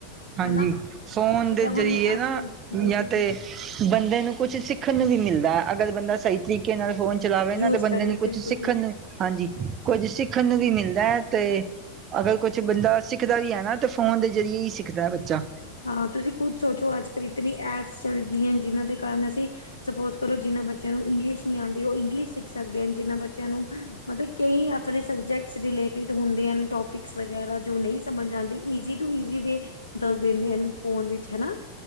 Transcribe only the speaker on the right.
ਹਾਂਜੀ
ਫੋਨ
ਦੇ ਜ਼ਰੀਏ
ਨਾ
ਦੁਨੀਆ
ਤੇ।
ਬੰਦੇ ਨੂੰ ਕੁਛ ਸਿੱਖਣ ਨੂੰ ਵੀ ਮਿਲਦਾ ਹੈ। ਅਗਰ ਬੰਦਾ ਸਹੀ। ਤਰੀਕੇ ਨਾਲ ਫੋਨ ਚਲਾਵੇ ਨਾ
ਤੇ ਬੰਦੇ
ਨੂੰ ਕੁੱਛ
ਸਿੱਖਣ
ਨੂੰ ਹਾਂਜੀ ਕੁੱਝ ਸਿੱਖਣ ਨੂੰ ਵੀ ਮਿਲਦਾ ਹੈ। ਤੇ ਅਗਰ ਕੁਛ ਬੰਦਾ ਸਿੱਖਦਾ ਵੀ ਹੈ। ਨਾ ਤੇ ਫੋਨ ਦੇ ਜ਼ਰੀਏ ਹੀ ਸਿੱਖਦਾ ਹੈ। ਬੱਚਾ।